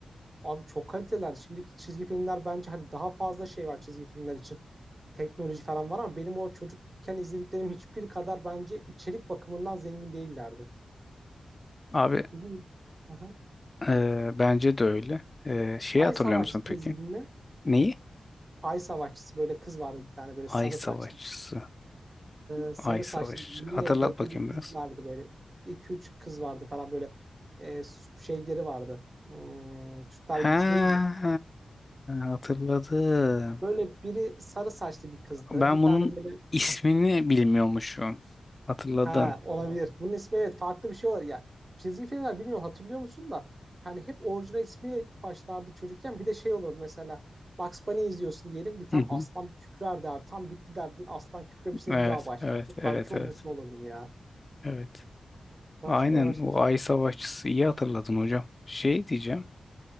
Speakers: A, on the right; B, on the left.
A: Abi çok kaliteler. Şimdiki çizgi filmler bence hani daha fazla şey var çizgi filmler için. Teknoloji falan var ama benim o çocukken izlediklerim hiçbir kadar bence içerik bakımından zengin değillerdi.
B: Abi
A: Bilmiyorum. Hı hı.
B: e, bence de öyle. E, şeyi
A: Ay
B: hatırlıyor
A: Savaşçısı
B: musun peki?
A: izledin mi?
B: Neyi?
A: Ay Savaşçısı böyle kız vardı bir tane böyle
B: Ay
A: sarı
B: Savaşçısı.
A: saçlı e, sarı
B: Ay Savaşçı.
A: saçlı mini
B: Hatırlat
A: etekli
B: bakayım
A: bir kız
B: biraz.
A: vardı böyle. iki üç kız vardı falan böyle e, sü- şeyleri vardı. Hmm, süper
B: Ha,
A: gücü değildi.
B: hatırladım.
A: Böyle biri sarı saçlı bir kızdı.
B: Ben
A: Bir tane
B: bunun
A: böyle
B: ismini bilmiyormuşum. Hatırladım.
A: Ha olabilir. Bunun ismi evet farklı bir şey olabilir. Yani çizgi filmler bilmiyorum hatırlıyor musun da hani hep orijinal ismiyle başlardı çocukken. Bir de şey olurdu mesela Bugs Bunny izliyorsun diyelim bir tane
B: Hı hı.
A: aslan kükrerdi abi. Tam bitti derdin aslan kükremişse
B: Evet,
A: bir daha başladı.
B: evet, evet,
A: Ben çok
B: evet.
A: mutlu olurdum ya.
B: Evet.
A: Başka
B: Aynen
A: başka.
B: o ay savaşçısı iyi hatırladın hocam. Şey diyeceğim.